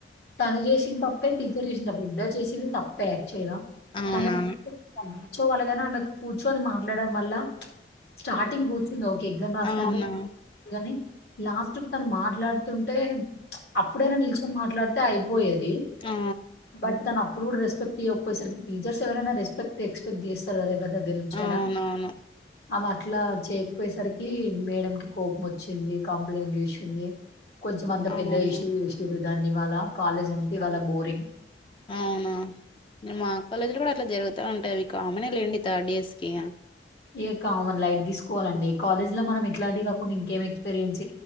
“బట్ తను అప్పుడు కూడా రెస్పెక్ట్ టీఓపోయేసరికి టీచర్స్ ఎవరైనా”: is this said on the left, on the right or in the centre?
Left